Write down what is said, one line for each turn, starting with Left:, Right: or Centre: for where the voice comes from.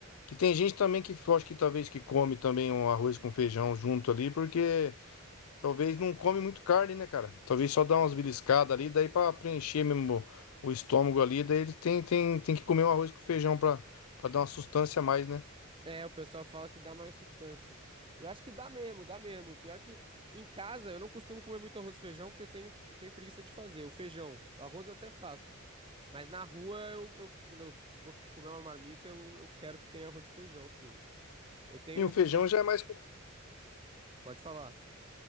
Left: Que tem gente também que eu acho que talvez que come também um arroz com feijão junto ali, porque talvez não come muito carne, né, cara? Talvez só dá umas beliscadas ali, daí pra preencher mesmo o estômago ali, daí ele tem, tem, tem que comer um arroz com feijão pra para dar uma sustância a mais, né?
Right: É, o pessoal fala que dá mais sustância. Eu acho que dá mesmo, dá mesmo. O Pior é que em casa eu não costumo comer muito arroz e feijão porque eu tenho, eu tenho preguiça de fazer. O feijão, o arroz eu até faço. Mas na rua, eu, eu- quando eu vou comer uma marmita, eu, eu quero que tenha arroz e feijão, sim. Eu tenho
Left: E o feijão
Right: comido.
Left: já é mais
Right: Pode falar.